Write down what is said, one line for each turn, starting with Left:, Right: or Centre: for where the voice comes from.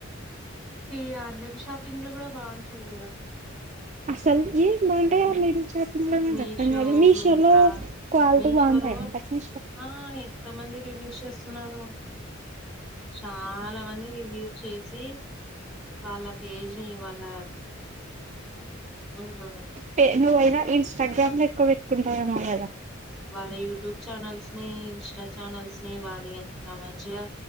Centre: ఈ ఆన్లైన్ షాపింగ్లు కూడా బాగుంటాయి కదా
Right: అసలు ఏం బాగుంటాయ ఆల్రెడీ షాపింగ్ లో ఏం
Centre: మీషో
Right: అర్థం కాదు మీషో
Centre: మింత్రా
Right: లో క్వాలిటీ
Centre: మీషోలో
Right: బాగుంటాయ ఇంతకి
Centre: ఆ ఎంత మంది రివ్యూస్ చేస్తున్నారు చాలా మంది రివ్యూస్ చేసి వాళ్ళ పేజ్ ని వాళ్ళ అహా
Right: పే నువ్వైనా ఇన్స్టాగ్రామ్ లో ఎక్కువ పెట్టుకుంటావేమో కదా
Centre: వాళ్ళ యూట్యూబ్ ఛానల్స్ ని ఇంస్టా ఛానల్స్ ని వాళ్ళు ఎంత మంచిగా